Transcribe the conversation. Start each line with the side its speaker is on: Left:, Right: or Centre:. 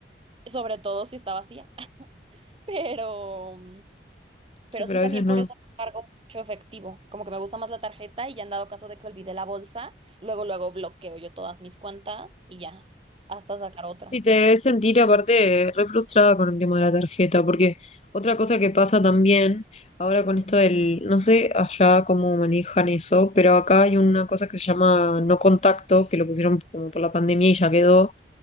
Right: sobre todo si está vacía, <laughs> pero, mm,
Left: sí,
Right: pero
Left: pero
Right: sí
Left: a
Right: también
Left: veces no.
Right: por eso no cargo mucho efectivo, como que me gusta más la tarjeta y ya han dado caso de que olvidé la bolsa, luego, luego bloqueo yo todas mis cuentas y ya, hasta sacar otra.
Left: Sí, te debes sentir aparte re frustrada con el tema de la tarjeta, porque otra cosa que pasa también, ahora con esto del, no sé allá cómo manejan eso, pero acá hay una cosa que se llama no contacto, que lo pusieron como por la pandemia y ya quedó,